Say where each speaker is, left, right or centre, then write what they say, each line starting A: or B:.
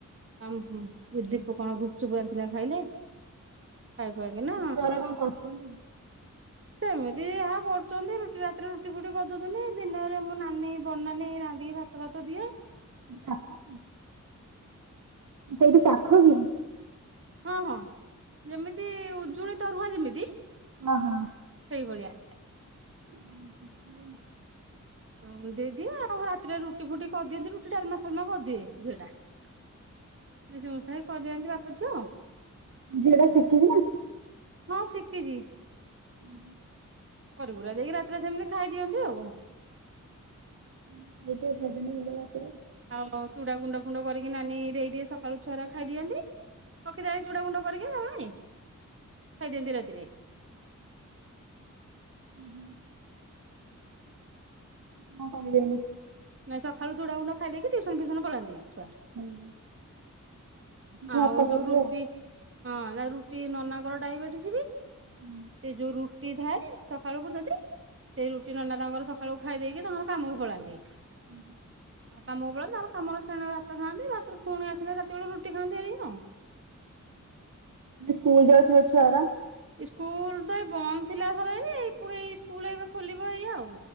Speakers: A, on the right; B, on the right.
A: ଆମ ଦୀପୁ କଣ ଗୁପଚୁପ୍ ଆଣିଥିଲା ଖାଇଲେ। ଖାଇ ଖୁଆକି ନା
B: ଛୁଆଗୁରା କଣ କରୁଛନ୍ତି?
A: ସେମିତି ଦିଦି ଯାହା କରୁଛନ୍ତି ରୁଟି ରାତିରେ ରୁଟି ଫୁଟି କରିଦଉଛନ୍ତି ଦିନରେ ମୁୋ ନାନୀ ବନ ନେଇୀ ରାନ୍ଧିକି ଭାତ ଭାତ ଦିଏ।
B: <unintelligible> ସେଇଠୁ ପାଖକି?
A: ହଁ ହଁ ଯେମିତି ଉଜୁଳି ତରୁଆ ଯେମିତି
B: ଓହୋ।
A: ସେଇଭଳିଆ।
B: <unintelligible>
A: ହଁ ଦେଇଦିଏ ଆଉ ରାତିରେ ରୁଟି ଫୁଟି କରିଦିଅନ୍ତି ରୁଟି ଡାଲମା ଫାଲମା କରିଦିଏ। ଝିଅ ଟା ମିଶି ମୁଶାକି କରିଦିଅନ୍ତି ବାପ ଝିଅଉ
B: ଝିଅଟା ସିଖିଛି ନା?
A: ହଁ ଶିଖିଛି।
B: ହୁଁ।
A: କରିକୁରା ଦେଇକି ରାତିରେ ସେମିତି ଖାଇଦିଅନ୍ତି ଆଉ।
B: <unintelligible> ରାତିରେ
A: ଆଉ ଚୁଡା ଗୁଣ୍ଡ ଫୁଣ୍ଡ କରିକି ନାନୀ ଦେଇଦିଏ ସକାଳୁ ଚୁଆରା ଖାଇଦିଅନ୍ତି ରଖି ଚୁଡ଼ା ଗୁଣ୍ଡ କରିକି <unintelligible> ଖାଇଦିଅନ୍ତି ରାତିରେ।
B: ହୁଁ ହୁଁ। କଣ କରିବି ମୁଁ?
A: ନାଇଁ ସକାଳୁ ଚୁଡାଗୁଣ୍ଡ ଖାଇଦେଇକି ଟ୍ୟୁସନ ଫୁୟୁସନ ପଳାନ୍ତି ଛୁଆ।
B: ହୁଁ। ଭାତ
A: ଆଉ
B: ଖାଉଥିବେ
A: ଯୋଉ ରୁଟି
B: ଆଉ
A: ହଁ ରୁଟି ନନାଙ୍କର ଡାଇବେଟିସ ବି।
B: ହୁଁ।
A: ସେ ଯୋଉ ରୁଟି ଥାଏ ସକାଳକୁ ଯଦି ସେ ସେଇ ରୁଟି ନନା ତାଙ୍କର ସକାଳୁ ଖାଇ ଦେଇକି ତାଙ୍କର କାମକୁ ପଳାନ୍ତି।
B: ହୁଁ।
A: ଆଉ କାମକୁ ପଳାନ୍ତି ତାପରେ କାମରେ ସେଣ ଭାତ ଖାଆନ୍ତି ରାତିରୁ ପୁଣି ଆସିଲେ ରାତି ବେଳେ ରୁଟି ଖାନ୍ତି ଏରିଆ
B: ସ୍କୁଲ ଯାଉଥିବା ଛୁଆରା
A: ସ୍କୁଲ ତ ଏ ବନ୍ଦ ଥିଲା ଥର ଏ ପୁଣି ଏ ସ୍କୁଲ ଏବେ ଖୋଲିବ ଏଇ ଆଉ।